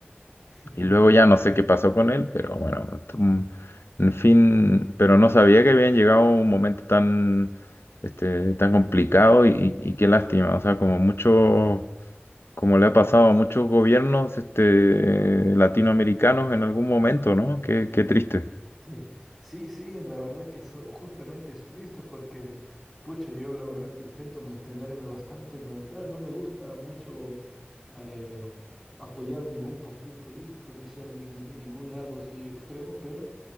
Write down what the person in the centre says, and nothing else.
Ujú,
<laughs>
ujú,
ujú.
Sí, sí, sí, la verdad que eso justamente es triste porque, pucha, yo la verdad que intento mantenerme bastante neutral, no me gusta mucho eh, apoyar ningún partido político ni ser ningún, de ningún lado así extremo, pero